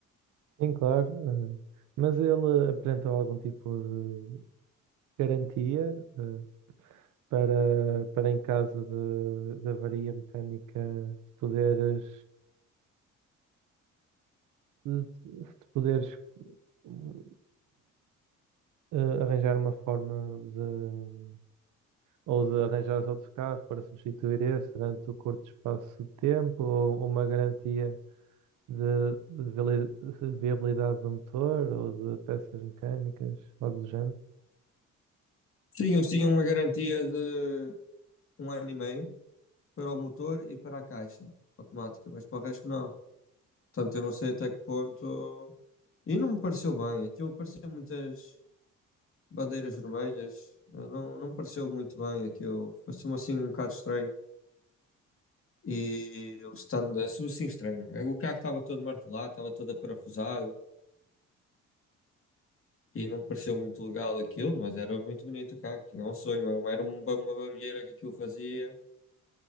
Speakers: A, on the right; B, on the left.
A: Sim, claro. eh, mas ele apresentou algum tipo de garantia? uh, para, para em caso de, de avaria mecânica, de poderes, de, de poderes hum, eh, arranjar uma forma de, ou de arranjares outro carro para substituir esse durante o curto espaço de tempo, ou uma garantia de, de vali- de viabilidade do motor ou de peças mecânicas, algo do género.
B: Sim, eles tinham uma garantia de um ano e meio para o motor e para a caixa automática, mas para o resto não. Portanto, eu não sei até que ponto. E não me pareceu bem, aquilo parecia muitas bandeiras vermelhas, eh, não, não me pareceu muito bem aquilo, pareceu-me assim um bocado estranho. E o stand assim estranho. É, O carro estava todo martelado, estava todo aparafusado e não me pareceu muito legal aquilo, mas era muito bonito o carro. Aquilo é um sonho, era uma, era uma uma barulheira que aquilo fazia,